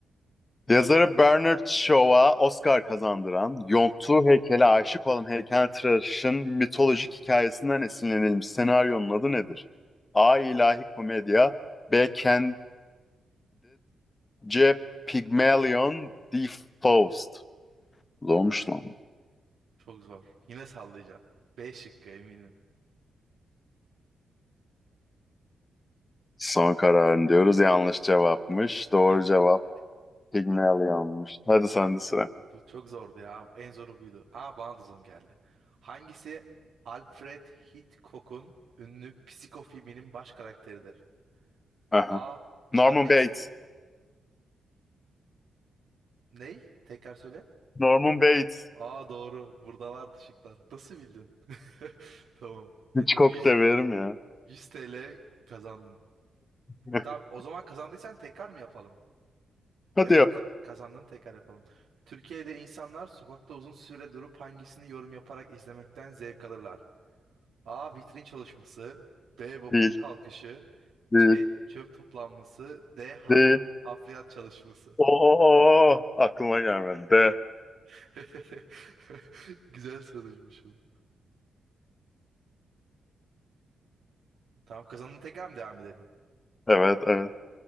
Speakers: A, on the left (about 30°); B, on the right (about 80°).
A: Yazarı Bernard Shaw'a Oscar kazandıran, yonttuğu heykele aşık olan heykeltıraşın mitolojik hikayesinden esinlenilmiş senaryonun adı nedir? A. İlahi Komedya B. Candid C. Pygmalion D. Faust Zormuş lan.
B: Çok zor. Yine sallayacağım. B şıkkı eminim.
A: Son kararın diyoruz. Yanlış cevapmış. Doğru
B: <laughs>
A: cevap Pygmalion'muş. Hadi sende sıra.
B: Bu çok zordu ya. En zoru buydu. Aa bana da zor geldi. Hangisi Alfred Hitchcock'un ünlü Psiko filminin baş karakteridir?
A: Aha.
B: A.
A: Norman
B: Charles
A: Bates.
B: ney? Tekrar söyle.
A: Norman Bates.
B: Aa doğru. Burada vardı şıklar. Nasıl bildin? <laughs> Tamam. Evet,
A: Hitchcock
B: 100,
A: severim ya.
B: 100 TL kazandın.
A: <laughs>
B: Tamam o zaman kazandıysan tekrar mı yapalım?
A: Hadi
B: Evet
A: yap.
B: ka- kazandın tekrar yapalım. Türkiye'de insanlar sokakta uzun süre durup hangisini yorum yaparak izlemekten zevk alırlar? A. Vitrin çalışması. B. Vapur
A: Değil.
B: kalkışı.
A: Değil.
B: C. Çöp toplanması. D. Harf
A: De
B: hafriyat çalışması.
A: O, o, o. Aklıma gelmedi. De.
B: <laughs> Güzel soruymuş bu. Tamam kazandın tekrar mı devam edelim?
A: Evet, evet.